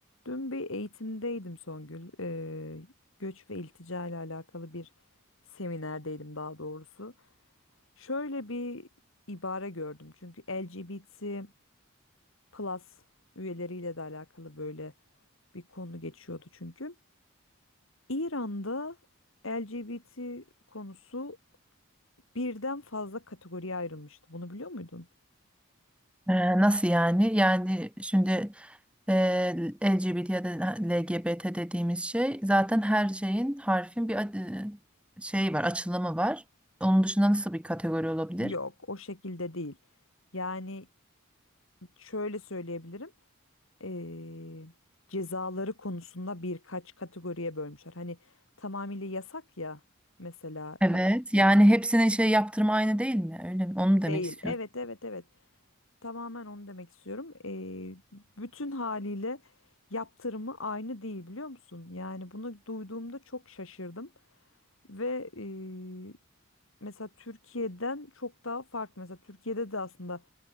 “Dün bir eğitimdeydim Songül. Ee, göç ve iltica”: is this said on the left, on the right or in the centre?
Left